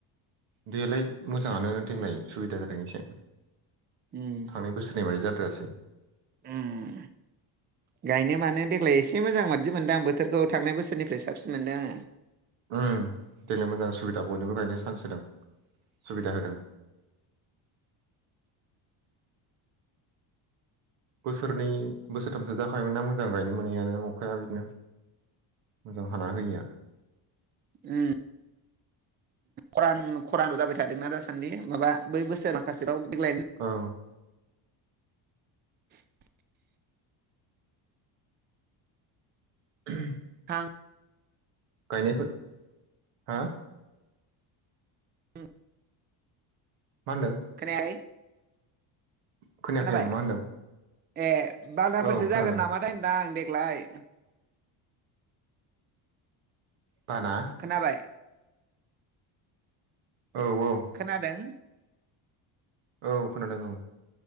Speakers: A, on the right; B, on the right.
A: बेयालाय मोजाङानो देग्लाय सुबिदा जादों एसे
B: उम
A: थांनाय बोसोरनि बादै जाद्रासै
B: उम गायनो मानो देग्लाय एसे मोजां मादि मोनदों आं बोथोरखौ थांनाय बोसोरनिफ्राय साबसिन मोनदों आङो।
A: उम देग्लाय मोजां सुबिदा बयनोबो गायनो सान्स होदों सुबिदा होदों। बोसोरनै बोसोरथामसो जाखायोमोन ना मोजां गायनो मोनैानो अखाया बिदिनो। मोजां हाना होयिया‌।
B: उम खरान खरान' जाबाय थादोंना दासान्दि माबा बै बोसोर माखासेफ्राव देग्लाय
A: औ
B: <inaudible>
A: <unintelligible>
B: थां
A: गायनायफोर हा
B: <unintelligible>
A: मा होनदों?
B: खोनायाखै।
A: खोनायाखै
B: खोनाबाय
A: आं मा होनदों?
B: ए बालाफोरसो
A: औ खोनादों
B: जागोन नामाथाय होनदां आं देग्लाय।
A: बाना
B: खोनाबाय?
A: औ औ
B: खोनादों?
A: औ खोनादों औ।